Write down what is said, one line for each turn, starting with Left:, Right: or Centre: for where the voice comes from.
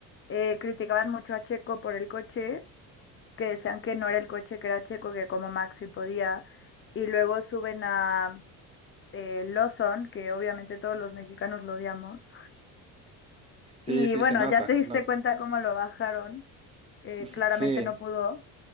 Left: eh, criticaban mucho a Checo por el coche, que decían que no era el coche, que era Checo, que como Max sí podía. Y luego suben a eh, Lawson, que obviamente todos los mexicanos lo odiamos.
Right: Sí,
Left: Y
Right: sí,
Left: bueno,
Right: se nota,
Left: ya te
Right: se
Left: diste
Right: nota.
Left: cuenta cómo lo bajaron. eh,
Right: S-
Left: claramente
Right: Sí,
Left: no pudo.